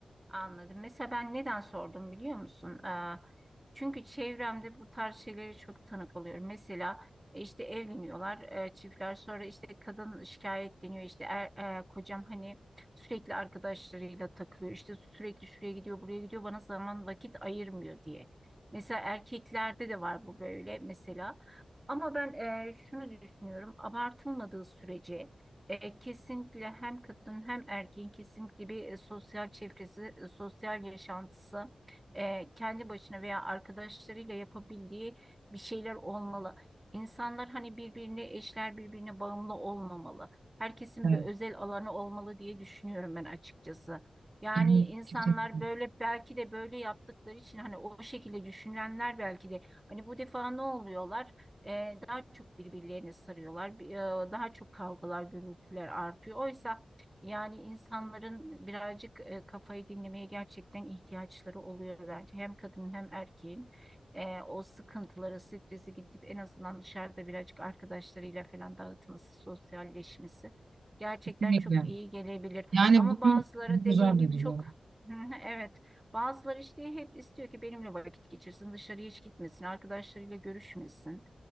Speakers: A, on the right; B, on the right.
A: Anladım. Mesela ben neden sordum biliyor musun? Ee, çünkü çevremde bu tarz şeylere çok tanık oluyorum. Mesela e, işte evleniyorlar e, çiftler sonra işte kadın şikayetleniyor işte er, e, kocam hani sürekli arkadaşlarıyla takılıyor işte sürekli şuraya gidiyor buraya gidiyor bana zaman vakit ayırmıyor diye. Mesela erkeklerde de var bu böyle mesela. Ama ben e, şunu düşünüyorum abartılmadığı sürece e, kesinlikle hem kadın hem erkeğin kesinlikle bir e, sosyal çevresi, e, sosyal yaşantısı, e, kendi başına veya arkadaşlarıyla yapabildiği bir şeyler olmalı. İnsanlar hani birbirine eşler, birbirine bağımlı olmamalı. Herkesin
B: Evet.
A: bir özel alanı olmalı diye düşünüyorum ben açıkçası. Yani
B: <laughs>
A: insanlar
B: Kesinlikle.
A: böyle belki de böyle yaptıkları için hani o şekilde düşünenler belki de hani bu defa ne oluyorlar? e, daha çok birbirlerini sarıyorlar. Bir- e, Daha çok kavgalar, gürültüler artıyor. Oysa yani insanların birazcık e, kafayı dinlemeye gerçekten ihtiyaçları oluyor bence. Hem kadının hem erkeğin e, o sıkıntıları, stresi gidip en azından dışarıda birazcık arkadaşlarıyla falan dağıtması, sosyalleşmesi gerçekten
B: Kesinlikle.
A: çok iyi gelebilir.
B: Yani
A: Ama
B: bunu
A: bazıları
B: bu
A: dediğim
B: zor da
A: gibi
B: duruyor.
A: çok <laughs> Hı hı, Evet. Bazıları işte hep istiyor ki benimle vakit geçirsin, dışarıya hiç gitmesin, arkadaşlarıyla görüşmesin.